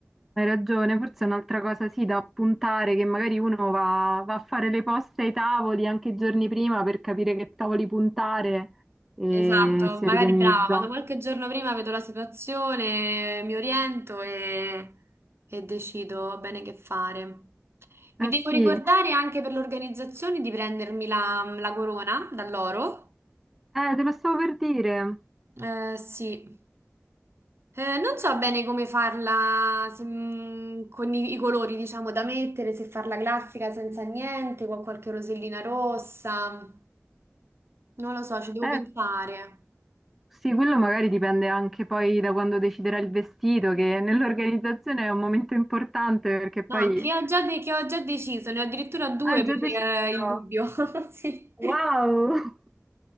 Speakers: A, in the centre; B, on the right.
A: Hai ragione, forse è un'altra cosa sì da appuntare che magari uno va, va a fare le poste ai tavoli anche i giorni prima per capire che tavoli puntare e
B: Esatto,
A: si
B: magari
A: organizza.
B: brava, vado qualche giorno prima, vedo la situazione, mi oriento e, e decido bene che fare. Mi
A: Eh
B: devo
A: sì,
B: ricordare
A: eh,
B: anche per l'organizzazione di prendermi la, la corona da loro.
A: te lo stavo per dire.
B: Eh, sì. Eh, non so bene come farla se, mm, con i, i colori, diciamo, da mettere, se farla classica senza niente, con qualche rosellina rossa. Non lo so, ci devo
A: Eh,
B: pensare.
A: sì, quello magari dipende anche poi da quando deciderà il vestito, che nell'organizzazione è un momento importante perché
B: No,
A: poi...
B: anche io ho già, de- che ho già deciso, ne ho addirittura due
A: Ah, già
B: per
A: deciso!
B: eh, il dubbio. <laughs> Sì.
A: Wow!
B: Sì,
A: <laughs>